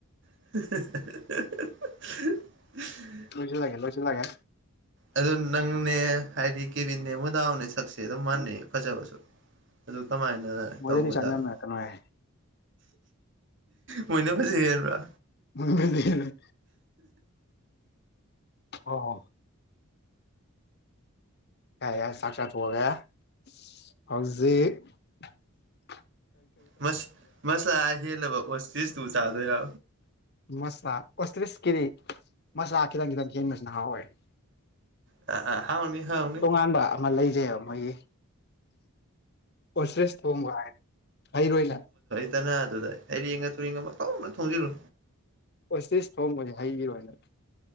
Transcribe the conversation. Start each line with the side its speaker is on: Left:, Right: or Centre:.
Right: <inaudible> <unintelligible>
Left: ꯂꯣꯏꯁꯤ ꯂꯒꯦ ꯂꯣꯏꯁꯤ ꯂꯒꯦ
Right: ꯑꯗꯨ ꯅꯪꯅꯦ ꯍꯥꯏꯗꯤ ꯀꯦꯕꯤꯅꯦ ꯃꯨꯗꯥꯎꯅꯦ ꯁꯛꯁꯦ ꯑꯗꯨꯝ ꯃꯅꯩ ꯐꯖꯕꯁꯨ ꯑꯗꯨ ꯀꯃꯥꯏꯅ
Left: ꯃꯣꯏꯒꯗꯤ
Right: ꯇꯧꯕꯖꯥꯠꯅꯣ
Left: ꯆꯥꯡꯗꯝꯅꯔꯛꯀꯅꯣꯍꯦ
Right: ꯃꯣꯏꯅ ꯐꯖꯩꯌꯦꯔꯕ꯭ꯔꯥ
Left: ꯎ <inaudible> ꯑꯣ ꯀ ꯌꯥ ꯁꯥꯠ ꯍꯒꯦ ꯍꯧꯥꯎꯖꯤ <inaudible>
Right: ꯁ ꯃꯁꯂꯥ ꯍꯦꯜꯂꯕ ꯑꯣꯇꯤꯁꯇꯨ ꯆꯥꯗꯣꯏꯔ
Left: ꯃꯁ ꯀꯁꯂꯤꯁ ꯀꯔꯤ ꯃꯁꯥ ꯀꯈꯤꯗꯪ ꯀꯪ ꯃꯁ ꯍꯋꯥ <inaudible>
Right: ꯑ ꯍꯥꯎꯅꯤ ꯍꯥꯎꯅꯤ
Left: ꯇꯣꯉꯥꯟꯕ ꯑꯃ ꯂꯩꯁꯦꯕ ꯃꯣꯏꯒꯤ ꯑꯣꯁ꯭ꯔꯦꯁ ꯊꯣꯡꯕ ꯍꯥꯏ ꯍꯩꯔꯣꯏ ꯅꯪ
Right: ꯇꯅꯥ ꯑꯗꯨꯗ ꯑꯩꯔꯦꯡꯉ ꯇꯨꯔꯦꯡꯉ ꯀꯧꯅ ꯊꯣꯡꯖꯤꯂꯨ
Left: ꯑꯣꯁꯤꯤꯁ ꯊꯣꯡꯕꯁ ꯍꯩꯔꯣꯏꯅ